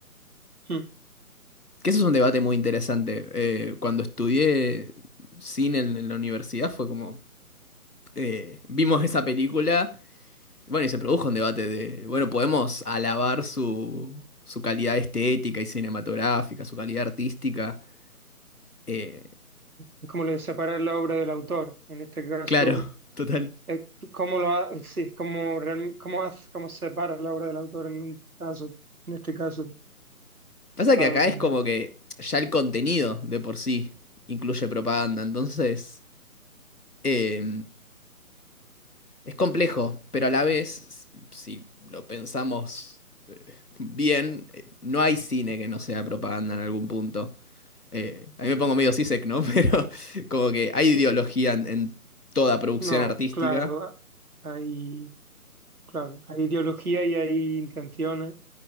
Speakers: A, on the right (about 70°); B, on the left (about 80°).
A: Hmm.
B: Que eso es un debate muy interesante. Eh, cuando estudié cine en, en la universidad fue como, eh, vimos esa película. Bueno, y se produjo un debate de, bueno, podemos alabar su, su calidad estética y cinematográfica, su calidad artística. Eh,
A: Es como lo de separar la obra del autor. En este caso,
B: claro, <laughs> total.
A: eh, ¿cómo lo ha, sí, cómo, real- cómo hace- cómo separa la obra del autor en un caso, en este caso
B: Pasa
A: tan,
B: que acá es como que ya el contenido de por sí incluye propaganda, entonces eh, es complejo, pero a la vez, si lo pensamos bien, eh, no hay cine que no sea propaganda en algún punto. Eh, a mí me pongo medio sisek, ¿no? <laughs> Pero como que hay ideología
A: eh,
B: en en toda producción
A: no,
B: artística
A: claro, a- hay, claro, hay ideología y hay intenciones,